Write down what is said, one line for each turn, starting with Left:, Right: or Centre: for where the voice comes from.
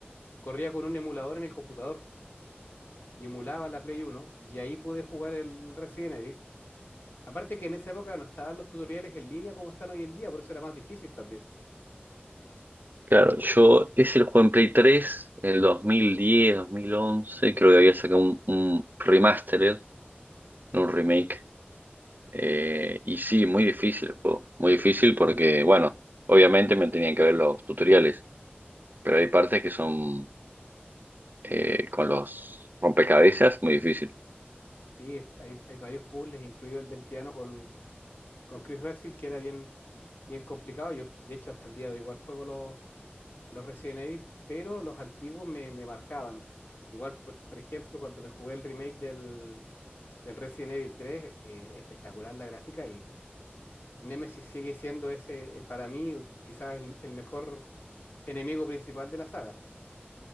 Left: Corría con un emulador en el computador y emulaba la Play uno y ahí pude jugar el Resident Evil. Aparte que en esa época no estaban los tutoriales en línea como están hoy en día, por eso era más difícil también.
Right: Claro, yo ese lo jugué en Play 3 en el 2010, 2011. Creo que había sacado un, un remastered, no un remake. Eh, y sí, muy difícil el juego. Muy difícil porque, bueno, obviamente me tenían que ver los tutoriales. Pero hay partes que son eh, con los rompecabezas muy difícil.
Left: Sí, hay, hay varios puzzles, incluido el del piano con, con Chris Redfield, que era bien, bien complicado. Yo, de hecho, hasta el día de hoy igual juego los, los Resident Evil, pero los antiguos me, me marcaban. Igual, por, por ejemplo, cuando me jugué el remake del, del Resident Evil tres eh, espectacular la gráfica y Nemesis sigue siendo ese, eh, para mí, quizás el, el mejor enemigo principal de la saga.